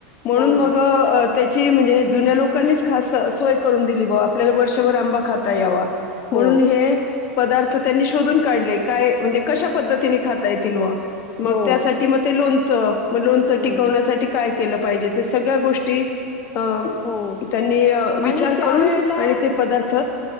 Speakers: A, on the left; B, on the left.
A: म्हणून
B: हो
A: मग
B: ना
A: अ त्याची म्हणजे जुन्या लोकांनीच खास सोय करून दिली बाॅ, आपल्याला वर्षभर आंबा खाता यावा म्हणून
B: हो
A: हे पदार्थ त्यांनी शोधून काढले काय म्हणजे कशा पद्धतीने खाता येतील बाॅ मग
B: हो
A: त्यासाठी मग ते लोणं च मग लोणचं
B: हम्म
A: टिकवण्यासाठी काय केलं पा पाहिजे ते सगळ्या गोष्टी अ
B: हो
A: त्यांनी विचार
B: आणि त्यावेेळेला
A: करून आणि ते पदार्थ